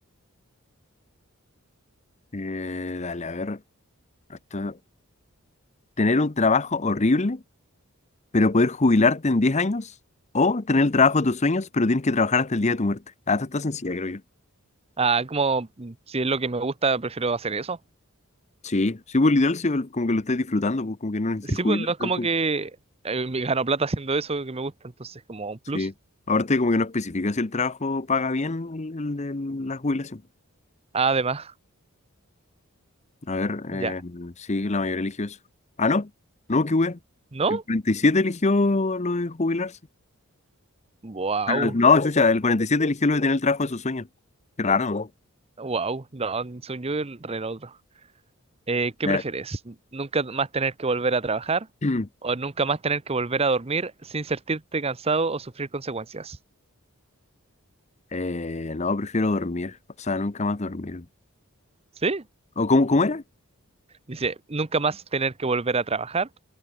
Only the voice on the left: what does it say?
Eh, dale, a ver, hasta- tener un trabajo horrible, pero poder jubilarte en 10 años, o tener el trabajo de tus sueños, pero tienes que trabajar hasta el día de tu muerte. hasta está sencilla, creo yo.
Sí, sí, pues literal, sí, como que lo estás disfrutando, pues como que no necesitas
jubilar
tampoco.
Sí. Aparte, como que no especifica si el trabajo paga bien el, el de la jubilación.
A ver,
eh, sí, la mayoría eligió eso. Ah, no, no, qué wea.
El 47 eligió lo de jubilarse.
Ah, No, chucha, el 47 eligió lo de tener el trabajo de sus sueños. Qué raro,
¿no?
Eh,
<clears throat>
eh, no, prefiero dormir. O sea, nunca más dormir.
¿O cómo, cómo era?